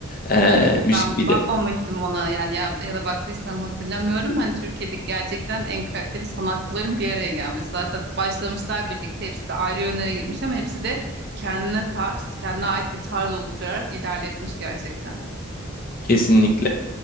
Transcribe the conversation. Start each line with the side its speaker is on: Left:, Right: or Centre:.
Left: e,
Right: Ben
Left: müzik bir
Right: bakmamıştım
Left: de
Right: ona yani ya, ya da baktıysam hatırlamıyorum. Hani Türkiye'deki gerçekten en kaliteli sanatçıların bir araya gelmesi. Zaten başlamışlar birlikte hepsi de ayrı yönlere gitmiş ama hepsi de kendine tarz, kendine ait bir tarz oluşturarak ilerletmiş gerçekten.
Left: kesinlikle.